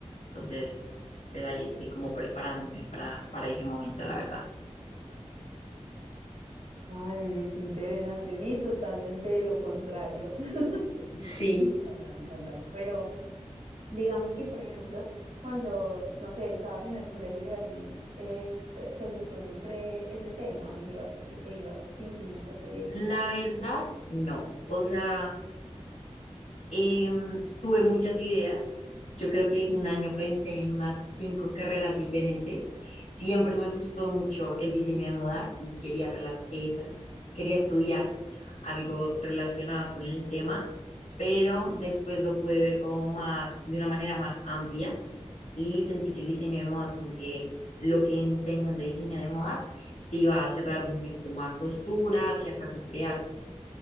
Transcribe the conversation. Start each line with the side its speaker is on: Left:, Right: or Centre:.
Left: Entonces, pues ahí estoy como preparándome para, para ese momento, la verdad.
Right: Ay, oye, qué interesante, sí, totalmente lo contrario. <laughs>
Left: Sí.
Right: Me encanta, me encanta. Pero Digamos que, por ejemplo, cuando, no sé, estabas en el colegio y así, eh, te, te gustó siempre ese tema, ibas, y te ibas inclinando por eso.
Left: La verdad, no. O sea... Em, tuve muchas ideas. Yo creo que en un año pensé en unas cinco carreras diferentes. Siempre me gustó mucho el diseño de modas y quería, relac- eh, tra- quería estudiar algo relacionado con el tema, pero después lo pude ver como más, de una manera más amplia y sentí que el diseño de modas, como que lo que enseñan de diseño de modas, te iba a cerrar mucho como a costura, si acaso crear